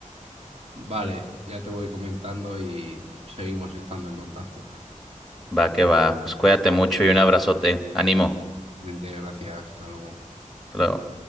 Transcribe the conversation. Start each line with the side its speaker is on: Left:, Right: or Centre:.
Right: Vale, ya te voy comentando y seguimos estando en contacto.
Centre: Va que va, pues cuídate mucho y un abrazote. Ánimo.
Right: Mente, gracias, hasta luego.
Centre: Hasta luego.